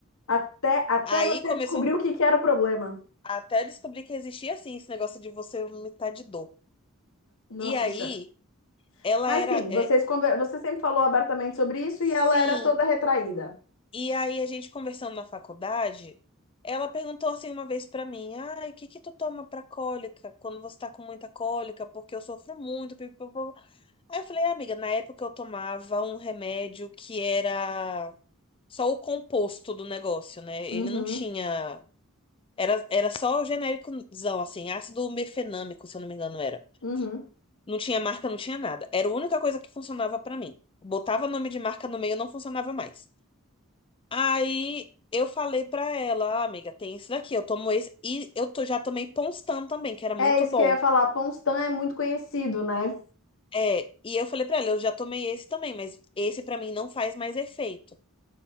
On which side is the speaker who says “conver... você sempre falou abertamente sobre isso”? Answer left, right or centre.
Left